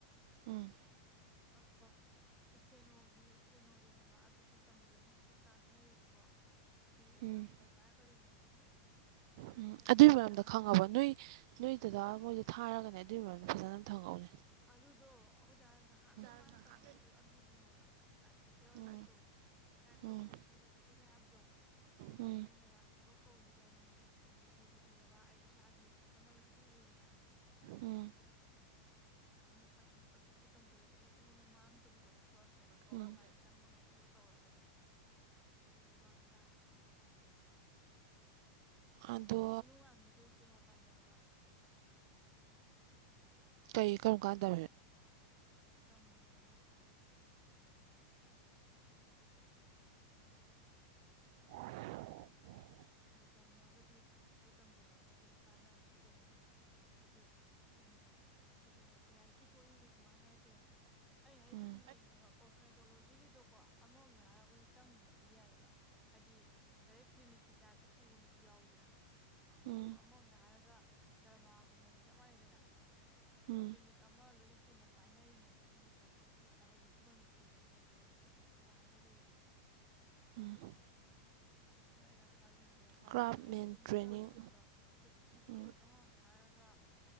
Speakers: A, on the right; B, in the centre.
A: ꯎꯝ
B: ꯑꯣ ꯏꯁꯇꯦꯅꯣꯒꯤ ꯏꯁꯇꯦꯅꯣꯗꯨꯅꯦꯕ ꯑꯗꯨꯗꯤ ꯇꯝꯖꯗꯤ ꯀꯥꯟꯅꯩꯌꯦꯕꯀꯣ ꯍꯥꯏꯗꯤ
A: ꯎꯝ
B: ꯀꯝꯄ꯭ꯌꯨꯇꯔ ꯄꯥꯏꯔꯛꯀꯗꯣꯏꯅꯦꯕ ꯑꯗꯨꯁꯨ ꯀꯝꯄ꯭ꯌꯨꯇꯔ
A: ꯎꯝ
B: ꯉꯥꯛꯇꯅꯦꯕ
A: ꯑꯗꯨꯒꯤ ꯃꯔꯝꯗ ꯈꯪꯉꯕ ꯅꯣꯏ ꯅꯣꯏꯗꯨꯗ ꯃꯣꯏꯗ ꯊꯥꯔꯒꯅꯦ ꯑꯗꯨꯏꯒꯤ ꯃꯔꯝꯗ ꯐꯖꯅ ꯑꯗꯨꯝ ꯈꯪꯍꯧꯅꯦ
B: ꯑꯗꯨꯗꯣ ꯑꯩꯈꯣꯏꯗ ꯉꯍꯥꯟꯈꯩ ꯃꯥꯅ
A: ꯉꯍꯥꯛ
B: ꯇꯝꯃꯣꯏ ꯑꯗꯨꯗꯨꯅꯦꯕꯛ ꯀꯦꯜꯜꯒꯤꯗꯣ
A: ꯎꯝ
B: ꯇꯥꯏꯞ ꯇꯧꯕ
A: ꯎꯝ
B: ꯑꯩꯅ ꯊꯨꯕ ꯈꯣꯠꯄꯒꯤ ꯍꯥꯏꯕꯗꯣ
A: ꯎꯝ
B: ꯑꯗꯨꯅꯦꯕ ꯊꯕꯛ ꯀꯧꯕꯗ ꯑꯗꯨꯝ ꯊꯨꯕ ꯊꯨꯔꯕ ꯑꯩ ꯏꯁꯥꯒꯤ ꯍꯣꯠꯅꯕꯒꯤ ꯃꯇꯨꯡ ꯏꯜꯂꯦꯗꯅ
A: ꯎꯝ
B: ꯑꯗ ꯑꯗꯨꯝ ꯑꯗꯨꯕꯨ ꯇꯝꯁꯤꯜꯂꯒꯗꯤ ꯑꯩꯉꯣꯟꯗ ꯃꯥꯡꯗꯕꯗꯣ ꯊꯕꯛ ꯑꯃ ꯀꯔꯤꯝ ꯀꯧꯔꯛꯄ
A: ꯎꯝ ꯎꯝ
B: ꯀꯥꯟꯗ ꯆꯪꯕ ꯉꯝꯅꯕ ꯇꯧꯔꯒꯗꯤ ꯑꯗꯨꯏ ꯋꯥꯅꯤꯗ ꯏꯁꯇꯩꯅꯣ
A: ꯑꯗꯣ
B: ꯍꯥꯏꯗꯤ ꯏꯅꯨꯉꯥꯟꯕꯤꯗꯣ ꯏꯁ ꯀꯩꯅꯣ ꯇꯝꯕꯅꯦꯕ
A: ꯀꯩ ꯀꯔꯝ ꯀꯥꯟꯗ
B: ꯇꯝꯈꯤꯕꯅꯦ ꯑꯗꯨꯗ
A: <inaudible>
B: ꯑꯗꯨ ꯇꯝꯃꯒꯗꯤ ꯑꯗꯨ ꯇꯝꯕꯤꯜꯍꯛꯎꯅꯤ ꯑꯩꯈꯣꯏꯗ ꯀꯥꯟꯅꯔꯅꯤ ꯏꯁꯇꯦꯅꯣꯒꯤꯗꯤ ꯍꯥꯏꯗꯤ ꯎꯝ ꯀꯩꯁꯨꯨꯝ ꯂꯥꯏꯔꯤꯛꯀꯤ ꯄꯣꯠꯅꯤꯅ ꯀꯩꯁꯨ ꯃꯥꯡꯉꯥꯏꯗꯦꯅ ꯑꯩ ꯑꯩꯖꯨꯝ
A: ꯎꯝ
B: ꯌꯦꯡꯉꯦꯕ ꯀꯣꯁꯃꯦꯇꯣꯂꯣꯖꯤ ꯍꯧꯖꯤꯛꯀꯤꯗꯣꯀꯣ ꯑꯃꯔꯣꯝꯗ ꯍꯥꯏꯔꯒ ꯑꯩꯈꯣꯏꯁ ꯆꯪꯈꯤꯕꯗꯤ ꯌꯥꯏꯑꯕ ꯍꯥꯏꯗꯤ ꯗꯥꯏꯔꯦꯛ ꯀ꯭ꯂꯤꯅꯤꯛꯀꯤ ꯑꯇ ꯄꯨꯒꯨꯝꯕꯁꯨ ꯌꯥꯎꯋꯤꯗꯅ ꯁꯤꯁꯨ
A: ꯎꯝ
B: ꯑꯃꯃꯝꯗ ꯍꯥꯏꯔꯒ ꯗꯔꯃꯥꯒꯨꯝꯕꯅꯤ ꯆꯞ ꯃꯥꯟꯅꯩꯗꯅ
A: ꯎꯝ
B: ꯀ꯭ꯂꯤꯅꯤꯛ ꯑꯃ ꯂꯣꯏꯅ ꯄꯨꯟꯅ ꯄꯥꯏꯅꯔꯤꯅꯦꯕ ꯁꯤꯒꯤ ꯄꯣꯠꯁꯤꯁꯨ ꯑꯗ ꯍꯧꯖꯤꯛꯇꯤ ꯃꯅꯤꯄꯨꯔꯗ ꯀꯣꯁꯃꯦꯟꯇꯣ ꯁꯤꯖꯤꯗꯤ ꯐꯅ ꯌꯥꯝꯃꯦꯕ ꯂꯩꯔꯤꯁꯦ
A: ꯎꯝ
B: ꯑꯗꯥꯏꯅ ꯈꯜꯂꯤꯁꯦ
A: ꯀ꯭ꯔꯥꯞ
B: ꯐꯨꯠꯀꯤꯃꯨꯛ
A: ꯃꯦꯟ ꯇ꯭ꯔꯦꯅꯤꯡ
B: ꯇꯝꯃꯦ ꯈꯜꯂꯣ ꯐꯨꯠꯁꯤꯗꯤ
A: ꯎꯝ
B: ꯑꯃꯃꯝꯗ ꯍꯥꯏꯔꯒ